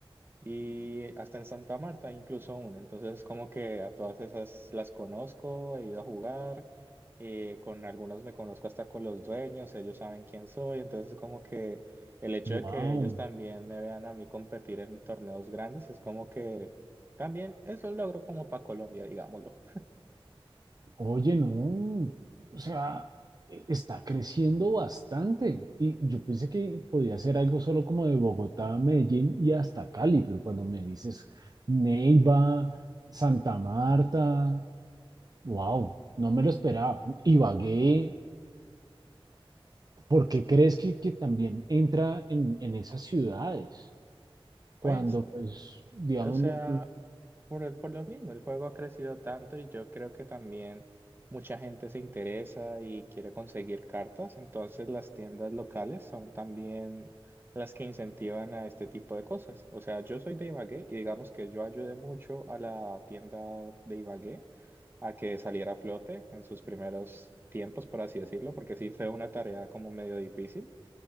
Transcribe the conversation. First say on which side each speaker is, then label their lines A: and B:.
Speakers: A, on the right; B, on the right.
A: Y hasta en Santa Marta incluso una. Entonces como que a todas esas las conozco, he ido a jugar, eh, con algunos me conozco hasta con los dueños, ellos saben quién soy. Entonces como que el hecho
B: Wow.
A: de que ellos también me vean a mí competir en torneos grandes es como que también es un logro como para Colombia, digámoslo.
B: Oye, no, o sea, e- está creciendo bastante. Y yo pensé que podía ser algo solo como de Bogotá, Medellín y hasta Cali, pero cuando me dices Neiva, Santa Marta, wow, no me lo esperaba. Ibagué, ¿por qué crees que, que también entra en, en esas ciudades? Cuando,
A: Pues,
B: pues, digamos,
A: o sea...
B: no, no,
A: Por, el- por lo mismo, el juego ha crecido tanto y yo creo que también mucha gente se interesa y quiere conseguir cartas, entonces las tiendas locales son también las que incentivan a este tipo de cosas. O sea, yo soy de Ibagué y digamos que yo ayudé mucho a la tienda de Ibagué a que saliera a flote en sus primeros tiempos, por así decirlo, porque sí fue una tarea como medio difícil